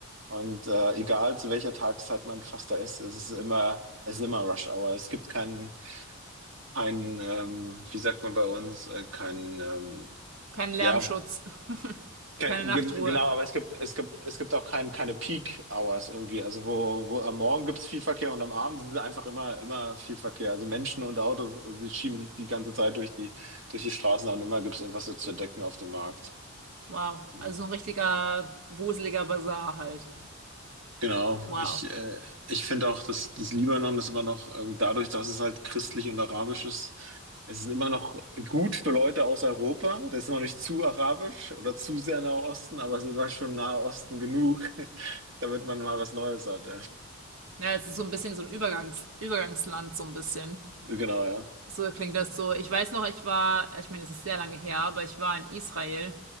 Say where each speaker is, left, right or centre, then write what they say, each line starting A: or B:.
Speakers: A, on the right; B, on the right.
A: Und äh, egal zu welcher Tageszeit man fast da ist, es ist immer, es ist immer Rush Hour. Es gibt keinen, keinen, ähm, wie sagt man bei uns, äh, keinen, ähm,
B: Keinen Lärmschutz,
A: ja, ke
B: keine
A: gen
B: Nachtruhe.
A: genau, aber es gibt, es gibt, es gibt auch kein, keine Peak Hours irgendwie. Also wo, wo am Morgen gibt es viel Verkehr und am Abend ist es einfach immer, immer viel Verkehr. Also Menschen und Autos, die schieben sich die ganze Zeit durch die, durch die Straßen und immer gibt es etwas zu entdecken auf dem Markt.
B: Wow.
A: Mhm.
B: Also so ein richtiger wuseliger Basar halt.
A: Genau,
B: Wow.
A: ich, äh, ich finde auch, dass das Libanon ist immer noch, äh, dadurch, dass es halt christlich und arabisch ist, es ist immer noch gut für Leute aus Europa. Das ist noch nicht zu arabisch oder zu sehr Nahe Osten, aber es ist immer schon Nahe Osten genug, <laughs> damit man mal was Neues hat. Ja.
B: Ja, es ist so ein bisschen so ein Übergangs Übergangsland, so ein bisschen.
A: Genau, ja.
B: So klingt das so. Ich weiß noch, ich war, ich meine, es ist sehr lange her, aber ich war in Israel.